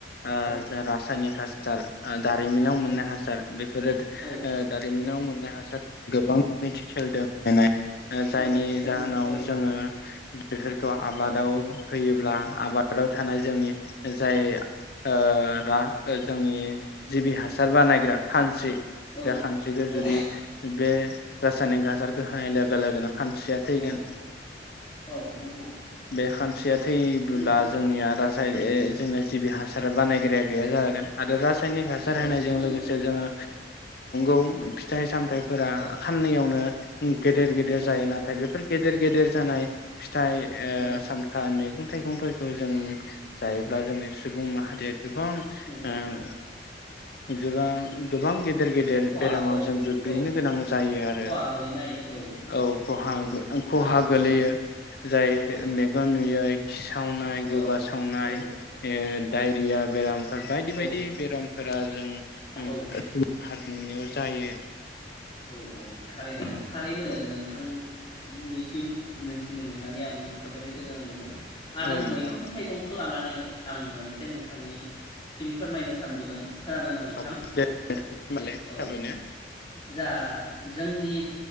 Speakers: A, on the left; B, on the left.
A: आ
B: औ
A: जा रासायनिक हास साल दारिमिनाव
B: औ
A: मोननाय हासार, बेफोरो ओ
B: औ
A: दारिमिनाव मोन हासार गोबां मिथिखेलदो <unintelligible> नाय जायनि
B: औ
A: जाहोनाव
B: नंगौ
A: जोङो बेफोरखौ आबादाव
B: औ
A: होयोब्ला आबाद। आबादाव थानाय जोंनि, जाय ओ दा जोंनि जिबि हासार बानायग्रा खानस्रि,
B: औ
A: बे सानस्रिखो
B: औ
A: जुदि बे रासायनिक हासारखौ होनाय लोगो लोगोनो खानस्रिया थैगोन
B: औ औ नंगौ
A: बे खान <unintelligible> थैयोब्ला
B: उम
A: जोंनिया रासाय <unintelligible> जिबि हासारा बानायग्राया गैया जागोन आरो रासा रासायनिक हासार
B: औ
A: होनायजों
B: नंगौ
A: लोगोसे
B: नंगौ
A: जोङो
B: थारैनो
A: ओ <unintelligible> फिथाइ सामथाइफोरा
B: औ
A: खाननैयावनो गेदेर गेदेर जायो
B: औ
A: नाथाय बेफोर गेदेर गेदेर जानाय
B: औ
A: फिथाइ ओ
B: औ
A: सामथाइ, मैगं थाइगंफोरखौ जों जायोब्ला जोंनि सुबुं माहारिया गोबां
B: औ
A: ओम जेब्ला गोबां गेदेर देर गेदेर
B: खहा
A: बेरामाव
B: औ
A: जों गोग्लैनो
B: औ
A: गोनां जायो आरो
B: खहा गोलैनो हायो
A: औ खहा
B: नंगौ नंगौ
A: खहा
B: थारैनो
A: गोलैयो
B: औ
A: जाय
B: औ
A: मेगन नुयै खिसावनाय गोबासावनाय
B: औ औ
A: ओ डायरिया बेरामफोर बायदि
B: औ
A: बायदि बेरामफोरा जों
B: औ औ
A: <unintelligible> बेयाव जायो।
B: औ औ थारैनो थारैनो
A: औ
B: नोंथां निसिम मोनथिनो मोननानै आं जोबोरै गोजोननाय मोनदों। आरो
A: औ नोंथां
B: मैगं थाइगंखौ लानान नै आं मोनसे नोंथांनि सिम फोरमायनो सानबोदों। खोनादोंना नोंथां
A: औ दे नोंथां होमबालाय
B: औ
A: थाबैनो
B: जा जोंनि